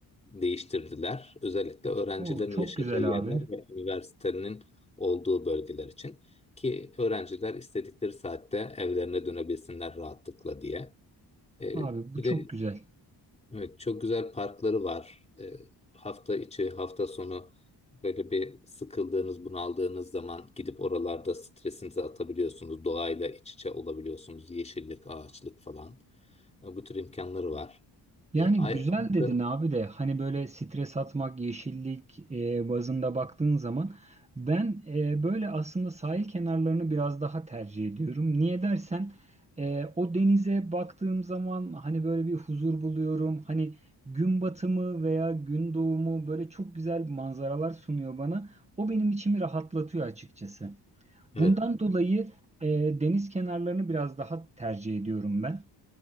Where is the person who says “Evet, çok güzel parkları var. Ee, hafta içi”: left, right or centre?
Left